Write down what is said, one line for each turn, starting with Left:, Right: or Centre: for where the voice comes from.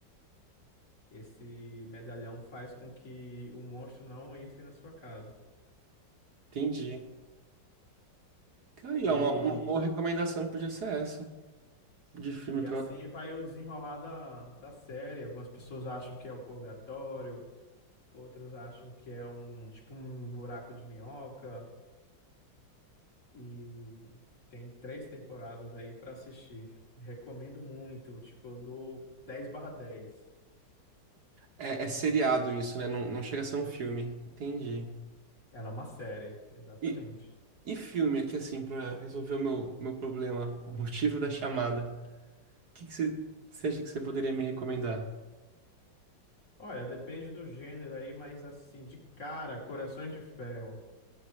Left: Esse medalhão faz com que o monstro não entre na sua casa.
Right: Entendi. Cara, e
Left: E,
Right: é uma, uma boa recomendação que podia ser essa, de filme
Left: e
Right: pra...
Left: assim vai o desenrolar da, da série. Algumas pessoas acham que é o purgatório, outros acham que é um tipo um buraco de minhoca. E tem três temporadas aí para assistir. Recomendo muito. Tipo, eu dou dez barra dez
Right: É, é seriado isso, né? Não, não chega a ser um filme. Entendi.
Left: Ela é uma série, exatamente.
Right: E, e filme aqui, assim, pra resolver o meu, meu problema, o motivo da chamada. O que que você, você acha que você poderia me recomendar?
Left: Olha, depende do gênero aí, mas assim, de cara, Corações de Ferro.